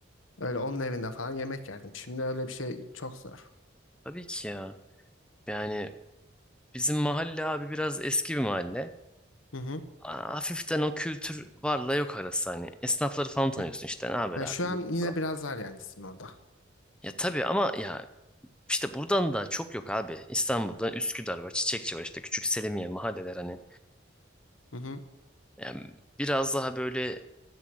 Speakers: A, on the left; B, in the centre.
A: Öyle onun evinde falan yemek yerdim. Şimdi öyle bir şey çok zor.
B: Tabii ki ya. Yani bizim mahalle abi biraz eski bir mahalle.
A: Hı hı.
B: A- Hafiften o kültür varla yok arası hani. Esnafları falan tanıyorsun
A: Eh,
B: işte. Ne haber
A: Yani
B: abi?
A: şu an yine
B: falan.
A: biraz var yani sizin orada.
B: Ya tabii ama ya İşte buradan da çok yok abi. İstanbul'da Üsküdar var, Çiçekçi var işte küçük Selimiye mahalleler hani.
A: Hı hı.
B: Yani biraz daha böyle